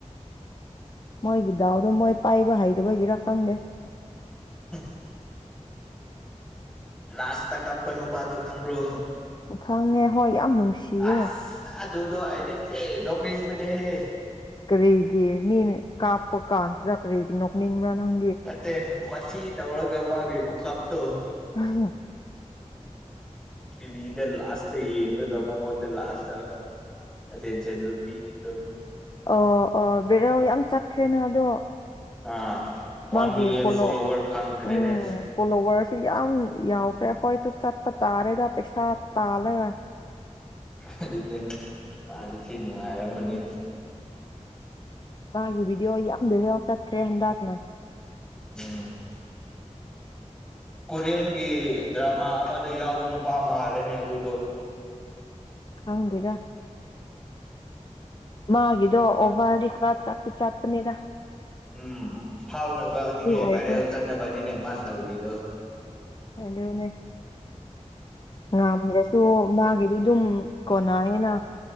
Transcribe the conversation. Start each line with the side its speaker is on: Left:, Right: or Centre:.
Left: ꯃꯣꯏꯒꯤ ꯗꯥꯎꯗꯣ ꯃꯣꯏ ꯄꯥꯏꯕ ꯍꯩꯗꯕꯒꯤꯔ ꯈꯪꯗꯦ
Centre: ꯑ ꯂꯥꯁ ꯇ ꯀꯞꯄꯟ ꯎꯄꯥꯗ ꯈꯪꯕ꯭ꯔꯣ
Left: ꯎ ꯈꯪꯉꯦ ꯍꯣꯏ ꯌꯥꯝ ꯅꯨꯡꯁꯤꯌꯦ
Centre: ꯑꯁ ꯑꯗꯨꯗꯣ ꯑꯩꯗꯤ ꯅꯣꯛꯅꯤꯡꯕꯅꯦꯍꯦ
Left: ꯀꯔꯤꯒꯤ ꯃꯤꯅ ꯀꯥꯞꯄ ꯀꯥꯟꯁꯤꯗ ꯀꯔꯤꯒꯤ ꯅꯣꯛꯅꯤꯡꯕ꯭ꯔꯥ ꯅꯪ
Centre: ꯅꯠꯇ ꯋꯥꯊ ꯇꯧꯔꯒ ꯃꯥ ꯀꯩꯀꯨ ꯀꯥꯞꯇ
Left: ꯑ
Centre: ꯇꯤꯚꯗ ꯂꯥꯁꯇ ꯌꯦꯡꯉꯒ ꯃꯉꯣꯟꯗ ꯂꯥꯁꯇ ꯑꯁ ꯄꯤꯕꯗꯣ
Left: ꯑꯣ ꯑꯣ ꯕꯦꯔꯧ ꯌꯥꯝ ꯆꯠꯈ꯭ꯔꯦꯅ ꯑꯗꯣ
Centre: ꯑꯥ
Left: ꯃꯥꯒꯤ
Centre: ꯋꯥꯟ ꯃꯤꯂꯤꯌꯟ
Left: ꯐꯣꯂꯣ
Centre: ꯐꯣꯂꯣꯋꯔ ꯐꯪꯈ꯭ꯔꯦꯅꯦ
Left: ꯎꯝ ꯐꯣꯂꯣꯋꯔꯁꯨ ꯌꯥꯝ ꯌꯥꯎꯈ꯭ꯔꯦ ꯑꯩꯈꯣꯏꯁꯨ ꯆꯠꯄ ꯇꯥꯔꯦꯗ ꯄꯩꯁꯥ ꯇꯥꯜꯂꯒ
Centre: ꯑꯗꯨꯅꯦ ꯃꯥ ꯑꯗꯨ ꯊꯤ ꯅꯨꯡꯉꯥꯏꯔꯝꯃꯅꯤ
Left: ꯃꯥꯒꯤ ꯚꯤꯗꯤꯑꯣ ꯌꯥꯝ ꯂꯩꯔ ꯆꯠꯈ꯭ꯔꯦ ꯍꯟꯗꯛꯅ
Centre: ꯎꯝ ꯀꯣꯔꯤꯌꯟꯒꯤ ꯗ꯭ꯔꯃꯥ ꯑꯃꯗ ꯌꯥꯎꯕ ꯅꯨꯄꯥ ꯃꯥꯜꯂꯦꯅꯦ ꯑꯗꯨꯗꯣ
Left: ꯍꯪꯗꯗ ꯃꯥꯒꯤꯗꯣ ꯑꯣꯕ ꯋꯥ ꯈ꯭ꯔ ꯆꯥꯄꯤ ꯆꯥꯠꯇꯅꯤꯔ
Centre: ꯎꯝ ꯐꯥꯎꯅꯕ ꯑꯅꯤꯅꯦ
Left: ꯑꯣꯏꯔꯁꯨ
Centre: ꯚꯥꯏꯔꯦꯜ ꯆꯠꯅꯕꯅꯤꯅꯦ ꯃꯥ ꯇꯧꯔꯤꯗꯣ
Left: ꯍꯗꯅꯦ ꯉꯝꯗ꯭ꯔꯁꯨ ꯃꯥꯒꯤꯗꯤ ꯑꯗꯨꯝ ꯀꯣꯟꯅꯑꯦꯅ